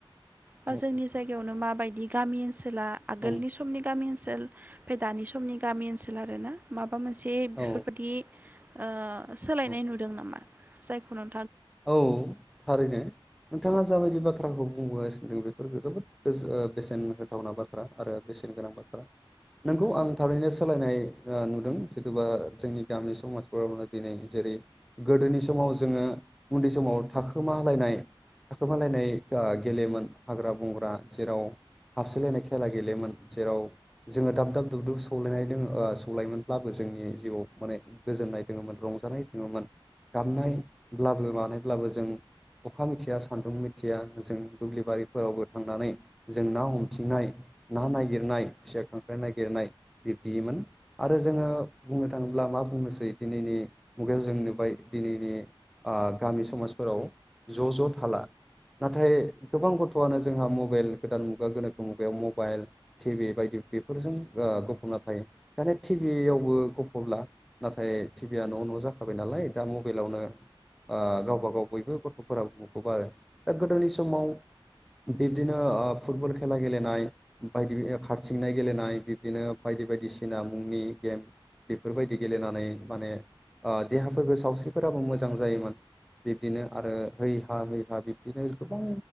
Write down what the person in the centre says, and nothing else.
औ
औ
औ
औ
औ थारैनो नोंथाङा जाबायदि बा थ्राखौ बुंबोगासिनो दं बेफोर जोबोद गो बेसेन होथावना बाथ्रा आरो बेसेन गोनां बाथ्रा नोंगौ आं थारैनो सोलायनाय नुदों जथबा जोंनि गामि समाजफोरावनो दिनै जेरै गोदोनि समाव जोङो उन्दै समाव थाखोमालायनाय थाखोमालायनाय ओ गेलेयोमोन हाग्रा बंग्रा जेराव हाबसोलायनाय खेला गेलेयोमोन जेराव जोङो दाब दाब दुब दुब सौलायनाय दं सौलायोमोनब्लाबो जोंनि जिउआव माने गोजोननाय दङोमोन रंजानाय दोङोमोन गाबनायब्लाबो मानायब्लाबो जों अखा मिथिया सान्दुं मिथिया जों दुब्लिबारिफोरावबो थांनानै जों ना हमथिंनाय ना नागिरनाय, खुसिया, खांख्राइ नागिरनाय बिब्दिमोन आरो जोङो बुंनो थाङोब्ला मा बुंनोसै दिनैनि मुगायाव जों नुबाय दिनैनि ओ गामि समाजफोराव ज' ज' थाला नाथाय गोबां गथ'आनो जोंहा मबाइल गोदान मुगा गोनोखो मुगायाव मबाइल टि भि बायदि बेफोरजों गफुंना थायो। माने टि भियावबो गफबला नाथाय टि भिया न' न' जाखाबाय नालाय दा मबाइलावनो ओ गावबा गाव बयबो गथ'फोरा मखुब आरो। दा गोदोनि समाव बिब्दिनो ओ फुटबल खेला गेलेनाय बायदि खारथिंनाय गेलेनाय बिब्दिनो बायदि बायदिसिना मुंनि गेम बेफोरबायदि गेलेनानै माने देहाफोरखौ सावस्रिफोराबो मोजां जायोमोन। बिब्दिनो आरो हैै हा हैै हा बिब्दिनो गोबां